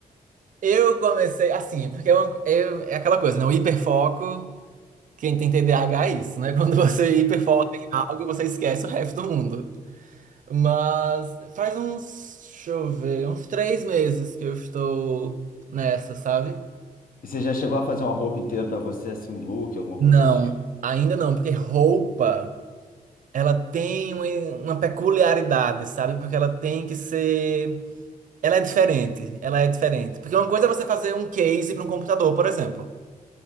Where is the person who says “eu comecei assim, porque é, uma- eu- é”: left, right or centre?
Right